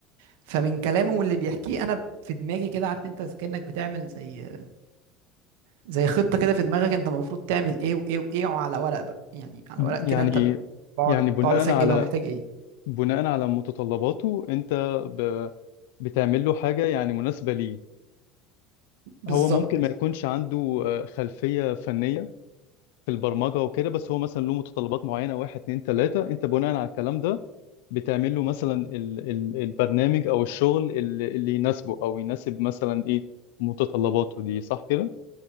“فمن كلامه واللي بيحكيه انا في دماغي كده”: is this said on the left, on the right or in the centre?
Right